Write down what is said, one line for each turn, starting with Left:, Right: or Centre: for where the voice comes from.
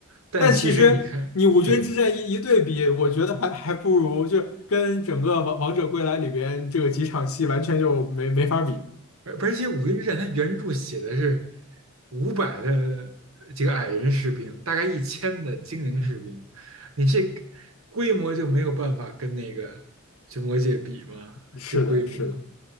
Right: 但其实你看，
Left: 但其实你五军之战一一对比，
Right: 对
Left: 我觉得还还不如就跟整个王王者归来里边这个几场戏完全就没没法比。
Right: 而而且《五林之战》它原著写的是五百的这个矮人士兵，大概一千的精灵士兵，你这规模就没有办法跟那个就魔界比吗？
Left: 是的，
Right: 这规模，
Left: 是的，